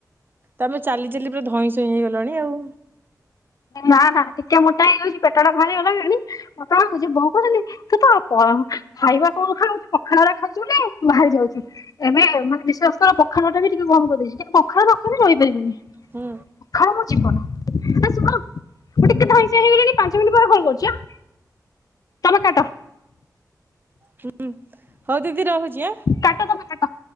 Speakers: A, on the right; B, on the left.
A: ତମେ ଚାଲି ଚାଲି ପୁରା ଧଇଁ ସଇଁ ହେଇଗଲଣି ଆଉ।
B: ନା ନା ଟିକେ ମୋଟା ହେଇଯାଉଛି ପେଟ ଟା ଭାହାରି ଗଲାଣି ପତଳା ହଉଚି ବୋଉ କହୁଚନ୍ତି ତୁ ତ ଖାଇବା କୋଉ ଖାଉଛୁ ପଖାଳ ଗୁରା ଖାଉଛୁ ବୋଲି ବାହାରି ଯାଉଚି। ଏବେ ମାନେ ବିଶ୍ୱାସ କର ପଖାଳ ଟା ବି ଟିକେ ବନ୍ଦ କରିଦେଇଛି କିନ୍ତୁ ପଖାଳ ନ ଖାଇଲେ ରହିପାରିବିନି।
A: ହୁଁ
B: ପଖାଳ ମୋ ଜୀବନ ଏ ଶୁଣ ମୁଁ ଟିକେ ଧଇଁ ସଇଁ ହେଇଗଲିଣି ପାଞ୍ଚ ମିନିଟ ପରେ କଲ୍ କରୁଚି ଆଁ ତମେ କାଟ୍
A: ହୁଁ ହଉ ଦିଦି ରହୁଛି ଆ।
B: କାଟ ତମେ କାଟ